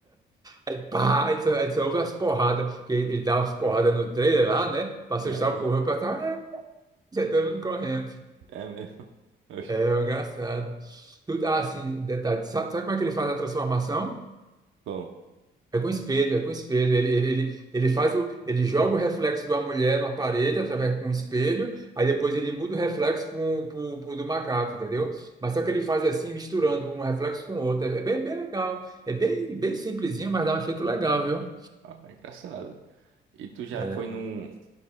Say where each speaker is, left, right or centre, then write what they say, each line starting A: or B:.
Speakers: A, on the right; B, on the right.
A: Aí, pá, aí só, aí só ouve as porradas, que ele, ele dá umas porradas no trailer lá, né? Pra assustar
B: é, mesmo.
A: o povo, aí pra cá, é, já tá todo mundo correndo.
B: é mesmo. <laughs> Oxe,
A: É é engraçado. Tudo, ah, assim, um detalhe, sabe, sabe como é que ele faz a transformação?
B: como?
A: É com espelho, é com espelho. Ele, ele, ele, ele faz o, ele joga o reflexo de uma mulher na parede através com um espelho, aí depois ele muda o reflexo pro, pro, pro do macaco, entendeu? Mas só que ele faz assim, misturando um reflexo com o outro. É, é bem, bem legal. É bem, bem simplesinho, mas dá um efeito legal, viu?
B: Ah, é engraçado. E tu já
A: É.
B: foi num.